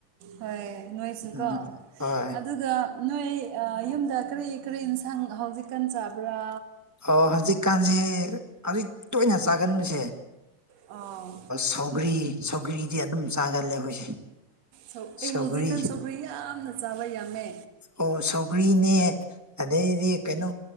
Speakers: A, on the right; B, on the right.
A: ꯍꯣꯏ ꯅꯣꯏꯁꯨꯀꯣ
B: ꯎꯝ ꯍꯣꯏ
A: ꯑꯗꯨꯒ ꯅꯣꯏ ꯌꯨꯝꯗ ꯀꯔꯤ ꯀꯔꯤ ꯌꯦꯟꯁꯥꯡ ꯍꯧꯖꯤꯛꯀꯥꯟ ꯆꯥꯕ꯭ꯔꯥ
B: ꯑꯣ ꯍꯧꯖꯤꯛꯀꯥꯟꯁꯦ ꯍꯧꯖꯤꯛ ꯇꯣꯏꯅ ꯆꯥꯒꯟꯕꯨꯁꯦ
A: ꯑꯥ
B: ꯁꯧꯒ꯭ꯔꯤ ꯁꯧꯒ꯭ꯔꯤꯗꯤ ꯑꯗꯨꯝ ꯆꯥꯒꯜꯂꯦ ꯑꯩꯈꯣꯏꯁꯦ
A: ꯁ ꯑꯩ
B: ꯁꯧꯒ꯭ꯔꯤ
A: ꯍꯧꯖꯤꯛꯀꯥꯟ ꯁꯧꯒꯔꯤ ꯌꯥꯝꯅ ꯆꯥꯕ ꯌꯥꯝꯃꯦ
B: ꯑꯣ ꯁꯧꯒ꯭ꯔꯤꯅꯦ ꯑꯗꯩꯗꯤ ꯀꯩꯅꯣ